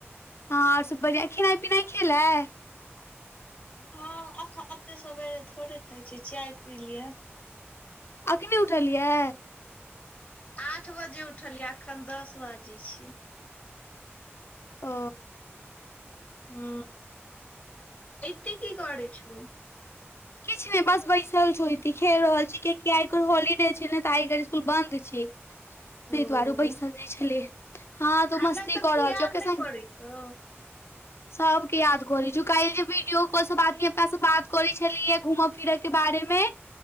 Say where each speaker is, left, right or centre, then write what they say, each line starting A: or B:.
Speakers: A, on the left; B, on the left.
A: हँ आओर सभ बढ़िआँ खेनाइ पिनाइ खेलए
B: हँ एते सेरे थोड़े खाइ छी चाय पी लिअ
A: अखनी उठल यै
B: आठ बजे उठलियै अखन दस बाजै छियै
A: ओ
B: उ एते की करै छ छो
A: किछ नय बस बैसल छौ खेल रहल छी कियकि आइ एकर हॉलीडे छै ने तऽ आ इ स्कुल बन्द छी तै
B: ओ
A: दुआरो पैसन नइ छलै हँ तू
B: हमरा
A: मस्ती
B: सबके
A: क रहल
B: याद
A: छ ओके
B: नहि
A: स
B: करै छौ
A: सबके याद करय छु काइले ब सब आदमी अपना सब बात करे छलियै घूमऽ फिरऽ के बारे मे